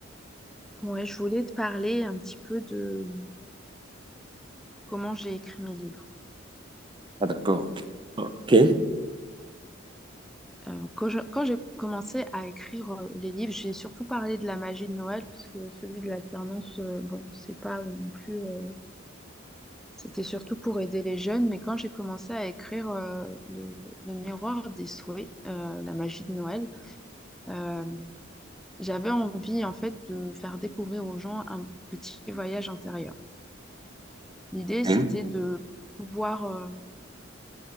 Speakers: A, in the centre; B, on the right (about 25°).
A: ouais, je voulais te parler un petit peu de comment j'ai écrit mes livres.
B: Ah, d'accord. OK.
A: Euh, quand je- quand j'ai commencé à écrire euh, les livres, j'ai surtout parlé de la magie de Noël, parce que celui de l'alternance, euh, bon, c'est pas non plus. euh, c'était surtout pour aider les jeunes, mais quand j'ai commencé à écrire euh, le, le miroir des souhaits, euh, la magie de Noël, euh, j'avais envie en fait de faire découvrir aux gens un petit voyage intérieur. L'idée,
B: Ok,
A: c'était de pouvoir euh,